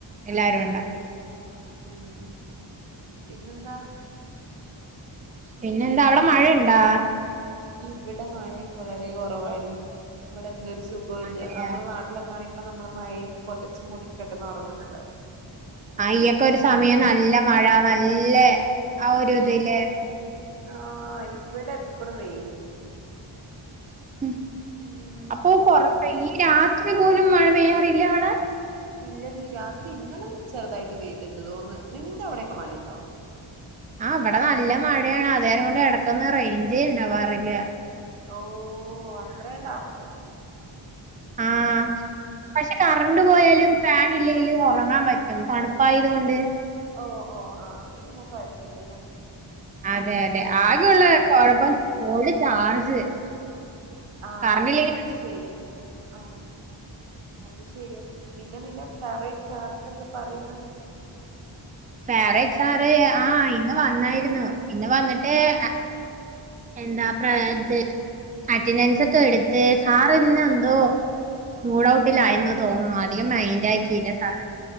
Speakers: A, on the right (about 15°); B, on the right (about 80°).
A: എല്ലാരുണ്ടാവും.
B: ആഹ് അതെ ഉം പിന്നെന്താ?
A: പിന്നെന്താ അവടെ മഴെണ്ടാ?
B: ഇവ്ടെ മഴെക്കെ വളരെകൊറവാടി ഇവടെന്തൊരു സുഖല്ല്യ.
A: അതെയ
B: നമ്മളെ നാട്ടിലൊക്കാണെ ഇപ്പൊ നമ്മള് മഴേത്ത് പൊതച്ച്മൂടി കെടന്നൊറങ്ങ്ന്ന്ണ്ടാവും.
A: അയ്യൊക്കെ ഒര് സമയം നല്ല മഴ നല്ലെ ആ ഒരുതില്
B: എന്നാ ഓഹ് ഇവ്ടെപ്പളും വെയില്.
A: ഉം
B: ഉം
A: അപ്പൊ
B: സുഖല്ല
A: കൊറ ഈ രാത്രി പോലും മഴ പെയ്യാറില്ലെ അവടെ?
B: ഇല്ലെഡീ. രാത്രി ഇന്നലൊന്ന് ചെറ്തായിട്ട് പെയ്ത്ണ്ട് തോന്ന്. നിന്റവടെക്കെ മഴണ്ടോ?
A: ആഹ് ഇവടെ നല്ല മഴെണതേരം കൊണ്ട് എടക്കൊന്ന് റെയിഞ്ചേ ഇണ്ടാവാറില്ല.
B: ഓഹ് അത്രേം ടാസ്ക്കാണ്.
A: ആഹ് പക്ഷെ കറന്റ് പോയാലും ഫാനില്ലെങ്കിലും ഒറങ്ങാൻ പറ്റും തണുപ്പായതോണ്ട്.
B: ഓഹ് ഓഹ് ആഹ് അപ്പൊ പിന്നെ കൊഴപ്പില്ലല്ലോ.
A: അതെ അതെ
B: ഉം
A: ആകെയൊള്ള കൊഴപ്പം ഫോൺല് ചാർജ്.
B: ആഹ്
A: കറണ്ട്
B: അത്
A: ഇല്ലെങ്കിൽ
B: ശര്യാ. ആഹ് അത് ശര്യാ. പിന്നെ നിന്റെ ഫേവറേറ്റ് സാറൊക്കെ എന്ത് പറയുന്ന്?
A: ഫേവറേറ്റ്സാറ് ആഹ് ഇന്ന് വന്നായിരുന്നു. പിന്നെ വന്ന്ട്ട്
B: ഓ
A: അ - എന്താ പ്രെ
B: ആ
A: ത് അറ്റന്റൻസൊക്കെ എട്ത്ത് സാറ്ന്നെന്തോ മൂഡൗട്ടിലായിരുന്നു തോന്ന്ണു. ധികം മൈന്റാക്കില്ല
B: ആ
A: സാറ്.